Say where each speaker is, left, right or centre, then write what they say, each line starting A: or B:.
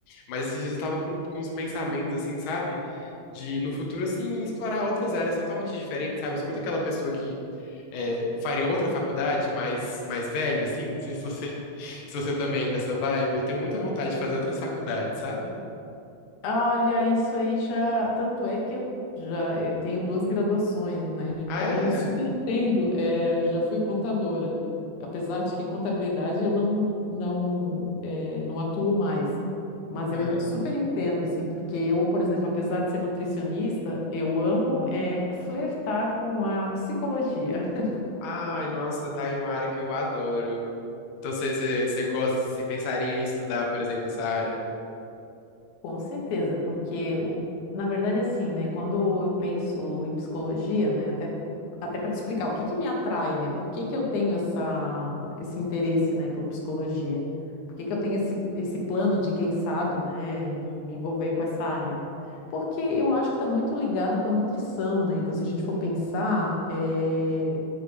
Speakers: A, on the left; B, on the left.
A: Mas esses dias eu tava com, com uns pensamentos, assim, sabe? De no futuro, assim, explorar outras áreas totalmente diferentes, sabe? Eu sou muito aquela pessoa que é, faria outra faculdade, mais, mais velho, assim. Não sei se você, <laughs> se você também é dessa vibe. Eu tenho muita vontade de fazer outras faculdades, sabe?
B: "Ah, Olha, isso aí já. Tanto é que eu já eu tenho duas graduações, né? Então,
A: Ah, é?
B: super entendo. É, já fui contadora. Apesar de que contabilidade eu não não é, não atuo mais. Mas
A: Aham.
B: eu en- super entendo, assim, porque eu, por exemplo, apesar de ser nutricionista, eu amo é, flertar com a psicologia. <laughs>
A: Ai, nossa, tá em uma área que eu adoro. Então você, você, você gosta, você pensaria em estudar, por exemplo, essa área?
B: Com certeza, porque o- na verdade assim, né, quando eu penso em psicologia, né, até até para te explicar o que que me atrai, né? Por que que eu tenho essa esse interesse, né, por psicologia? Por que que eu tenho esse esse plano de quem sabe, né, me, me envolver com essa área? Porque eu acho que está muito ligado com a nutrição, né? Então, se a gente for pensar, eh,